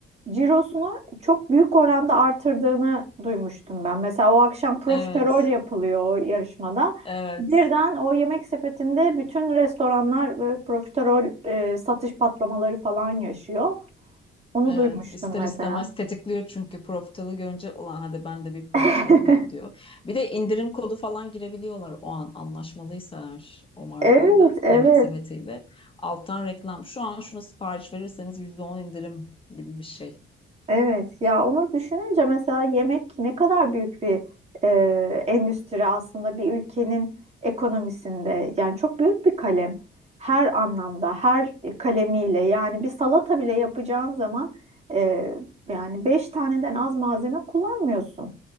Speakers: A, on the right; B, on the left.
A: cirosunu çok büyük oranda artırdığını duymuştum ben. Mesela o akşam profiterol
B: Evet,
A: yapılıyor o yarışmada.
B: evet.
A: Birden o Yemek Sepeti'nde bütün restoranlar e, profiterol e, satış patlamaları falan yaşıyor. Onu
B: Evet,
A: duymuştum
B: ister
A: mesela.
B: istemez tetikliyor çünkü profitalı görünce ulan hadi ben de bir profitalıyım
A: <laughs>
B: diyor. Bir de indirim kodu falan girebiliyorlar o an anlaşmalıysa eğer o markayla,
A: Evet, evet.
B: yemek sepetiyle. Alttan reklam. Şu an şuna sipariş verirseniz %10 indirim gibi bir şey.
A: Evet ya onu düşününce mesela yemek ne kadar büyük bir e, endüstri aslında bir ülkenin ekonomisinde yani çok büyük bir kalem her anlamda her kalemiyle yani bir salata bile yapacağın zaman e, yani beş taneden az malzeme kullanmıyorsun.